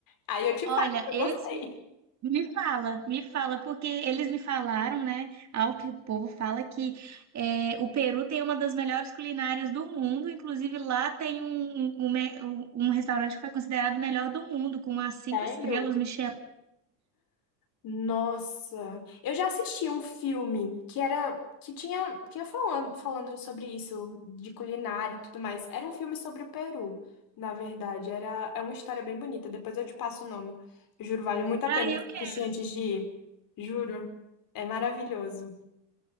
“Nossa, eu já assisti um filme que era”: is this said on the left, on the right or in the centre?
Left